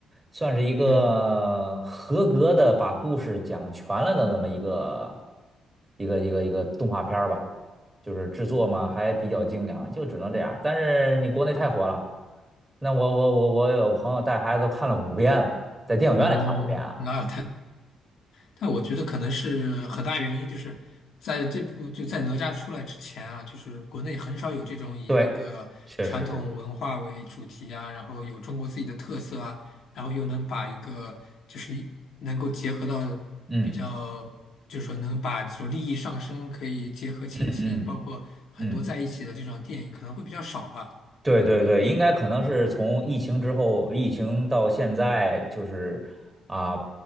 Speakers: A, on the right; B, on the left.
A: 算是一个合格的把故事讲全了的那么一个
B: 嗯，
A: 一个一个一个动画片儿吧。就是制作嘛，还比较精良，就只能这样。但是你国内太火了，那我我我我有朋友带孩子都看了五遍了，在电影院里看五遍啊。
B: 哦，那但我觉得可能是很大原因，就是在这部就在哪吒出来之前啊，就是国内很少有这种以那个传统文化为主题啊，
A: 对，确实是，
B: 然后有中国自己的特色啊，然后又能把一个就是一能够结合到
A: 嗯
B: 比较，就是说能把这种利益上升，可以结合亲情，
A: 嗯嗯
B: 包括很多在一起的这种电影，
A: 嗯，
B: 可能会比较少吧。
A: 对对对，应该可能是从疫情之后，疫情到现在，就是啊，